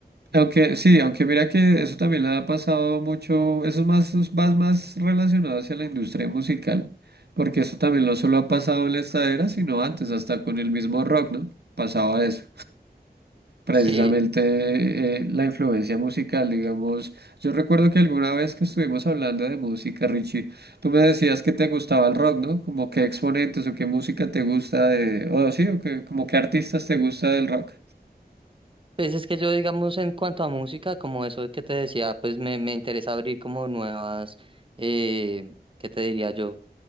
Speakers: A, on the right; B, on the right.
A: Aunque sí, aunque mira que eso también le ha pasado mucho, eso es más, es más, más relacionado hacia la industria musical, porque eso también no solo ha pasado en la estadera, sino antes, hasta con el mismo rock, ¿no? Pasaba eso. Precisamente
B: Sí,
A: eh, la influencia musical, digamos. Yo recuerdo que alguna vez que estuvimos hablando de música, Richie, tú me decías que te gustaba el rock, ¿no? Como qué exponentes o qué música te gusta de, o sí, o que, como qué artistas te gusta del rock.
B: pues es que yo digamos en cuanto a música, como eso que te decía, pues me, me interesa abrir como nuevas, eh, ¿qué te diría yo?